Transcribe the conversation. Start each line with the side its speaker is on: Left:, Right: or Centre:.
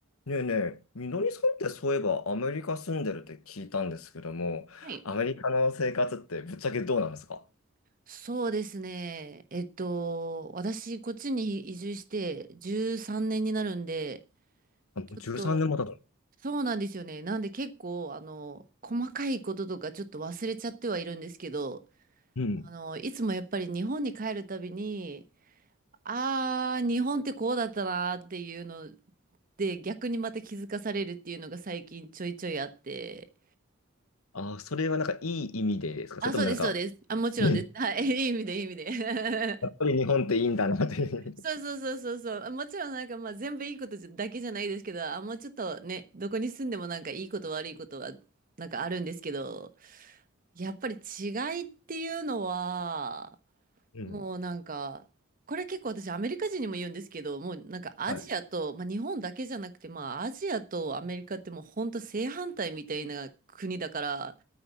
Left: ねえねえ、みのりさんってそういえばアメリカ住んでるって聞いたんですけども、
Right: はい。
Left: アメリカの生活ってぶっちゃけどうなんですか
Right: そうですね。えっと、私、こっちに移住して13年になるんで、
Left: あ、もう13年も経ったの。
Right: ちょっと、そうなんですよね。なんで結構、あの、細かいこととかちょっと忘れちゃってはいるんですけど、
Left: うん。
Right: あの、いつもやっぱり日本に帰るたびに、あー、日本ってこうだったなーっていうので、逆にまた気づかされるっていうのが最近ちょいちょいあって、
Left: あ、それはなんかいい意味でですかそれともなんか、
Right: あ、そうです、そうです。あ、もちろんです。
Left: え
Right: はい、<laughs> いい意味で、いい意味で。
Left: やっぱり日本っていいんだなっていう。
Right: <laughs> そうそうそうそうそう。あもちろんなんかまあ全部いいことじゃだけじゃないですけど、あ、もうちょっとね、どこに住んでもなんかいいこと悪いことはなんかあるんですけど、やっぱり違いっていうのは、
Left: うん。
Right: もうなんか、これ結構私アメリカ人にも言うんですけど、もうなんかアジアと、
Left: <laughs> はい。
Right: まあ日本だけじゃなくて、まあアジアとアメリカってもう本当正反対みたいな国だから、